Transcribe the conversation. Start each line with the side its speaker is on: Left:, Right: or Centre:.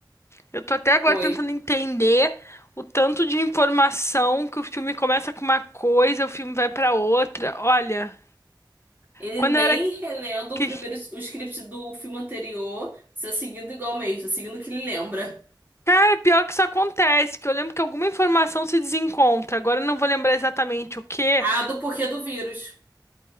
Left: Eu tô até agora
Right: Foi.
Left: tentando entender o tanto de informação que o filme começa com uma coisa, o filme vai pra outra. Olha,
Right: Ele
Left: quando
Right: nem
Left: eu era
Right: relendo
Left: que
Right: o primeiro o script do filme anterior, está seguindo igualmente, está seguindo o que ele lembra.
Left: é pior que isso acontece, que eu lembro que alguma informação se desencontra. Agora eu não vou lembrar exatamente o quê.
Right: A do porquê do vírus.